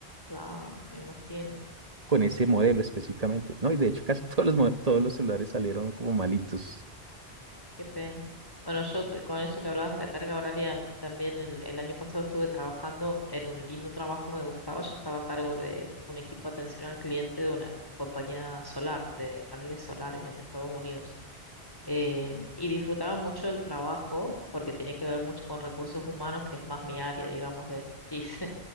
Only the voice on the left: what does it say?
claro, me imagino,
qué pena. Bueno, yo te- con eso que hablabas de la carga horaria, también el, el año pasado estuve trabajando, era un lindo trabajo, me gustaba, yo estaba a cargo de un equipo de atención al cliente de una em- compañía solar, de paneles solares en Estados Unidos. Eh, y disfrutaba mucho el trabajo porque tenía que ver mucho con recursos humanos, que es más mi área, digamos, de expertise.